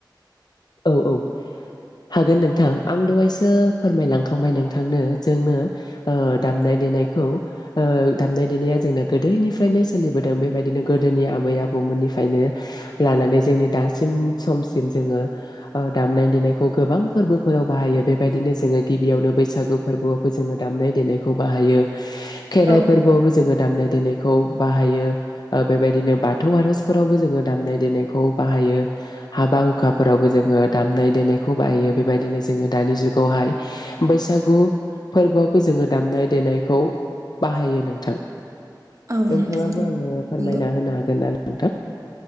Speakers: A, on the left; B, on the right.
A: औ औ हागोन नोंथां आं दहायसो फोरमायलांखांबाय नोंथांनो जोंनो ओ दामनाय देनायखौ ओ दामनाय-देनाया जोंना गोदोनिफ्रायनो सोलिबोदों, बेबायदिनो गोदोनि आबै आबौ मोननिफ्रायनो लानानै जोंनि दासिम समसिम जोंङो ओ दामनाय देनायखौ गोबां फोरबोफोराव बाहायो बेबायदिनो जोंङो गिबियावनो बैसागु फोरबोआवबो जोंङो दामनाय देनायखौ बाहायो। खेराइ
B: औ
A: फोरबोआवबो जोंङो दामनाय देनायखौ बाहायो, ओ बेबायदिनो बाथौ आर'जफोरावबो जोंङो दामनाय देनायखौ बाहायो, हाबा हुखा फोरावबो जोंङो दामनाय देनायखौ बाहायो, बेबायदिनो जोंङो दानि जुगावहाय बैसागु फोरबोआवबो जोंङो दामनाय देनायखौ बाहायो नोंथां।
B: औ नोंथां
A: नोंथांङाबो
B: औ
A: आंनो फोरमायना
B: नंगौ।
A: होनो हागोन ना? नोंथां